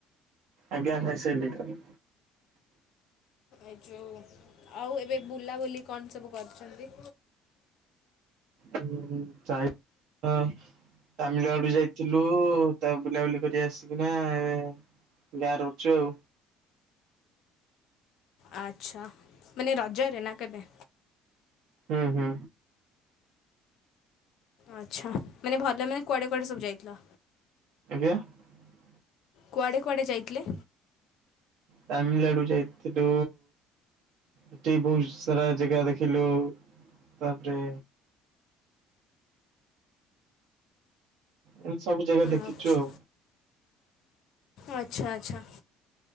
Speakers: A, on the right; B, on the left.
A: ଆଜ୍ଞା ଖାଇସାଲିଣି।
B: ଏ ଯୋଉ ଆଉ ଏବେ ବୁଲାବୁଲି କଣ ସବୁ କରିଛନ୍ତି?
A: ହ ଚାଇ ର ତାମିଲନାଡୁ ଯାଇଥିଲୁ ତା ବୁଲାବୁଲି କରି ଆସିକିନା ଏ ଗାରେ ଅଛୁ ଆଉ
B: ଆଚ୍ଛା ମାନେ ରଜରେ ନା କେବେ?
A: ହୁଁ ହୁଁ।
B: ଆଛା ମାନେ ଭଲ ମାନେ କୁଆଡେ କୁଆଡେ ସବୁ ଯାଇଥିଲ।
A: <unintelligible>
B: କୁଆଡ଼େ କୁଆଡ଼େ ଯାଇଥିଲେ?
A: ତାମିଲନାଡୁ ଯାଇଥିଲୁ। ଏଠି ବହୁତ ସାରା ଜାଗା ଦେଖିଲୁ ତାପରେ ଏମତି ସବୁ ଜାଗା ଦେଖିଛୁ
B: ଆଚ୍ଛା
A: ଆଉ।
B: ଆଚ୍ଛା ଆଚ୍ଛା